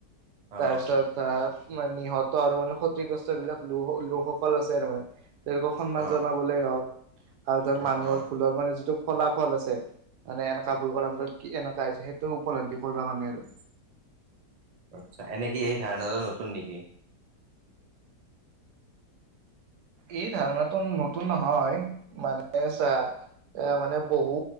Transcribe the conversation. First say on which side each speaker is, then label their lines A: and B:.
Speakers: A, on the right (about 55°); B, on the right (about 75°).
A: অ
B: তাৰপিছত মানে নিহত আৰু মানে ক্ষতিগ্ৰস্ত বিলাক লোকসকল আছে আৰু মানে। তেওঁলোকক সন্মান
A: অ
B: জনাবলে হওঁক আৰু ধৰ
A: অ
B: মানুহৰ
A: অ
B: ভুলৰ মানে যিটো ফলাফল আছে মানে এনেকুৱা ভুল কৰাৰ ফলত কি এনেকুৱা হৈছে সেইটো উপলব্ধি কৰিব কাৰণে আৰু
A: আচ্ছা এনেক কি এই ধাৰণাটোৰ নতুন নেকি?
B: এই ধাৰণটো নতুন নহয় মানে আছা। এ মানে বহু